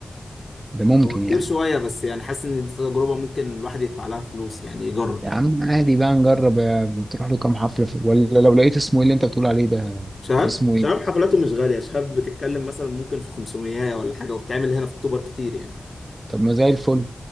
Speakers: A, on the right; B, on the left.
A: ده ممكن
B: هو كتير
A: يعني
B: شوية بس يعني حاسس ان دي تجربة ممكن الواحد يدفع لها فلوس يعني يجرب
A: يا عم عادي بقى نجرب آه، بتروح له كام حفله في... ولا لو لقيت اسمه ايه اللي انت بتقول عليه ده
B: شهاب
A: اسمه
B: شهاب
A: ايه
B: حفلاته مش غالية شهاب بتتكلم مثلا ممكن في 500 ولا حاجة وبتعمل هنا في اكتوبر كتير يعني
A: طب ما زي الفل